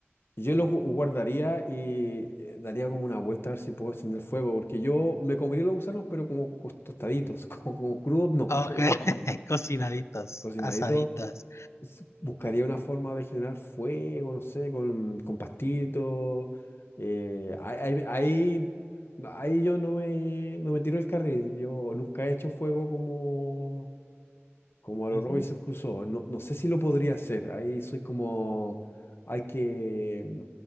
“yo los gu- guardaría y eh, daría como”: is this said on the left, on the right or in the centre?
Left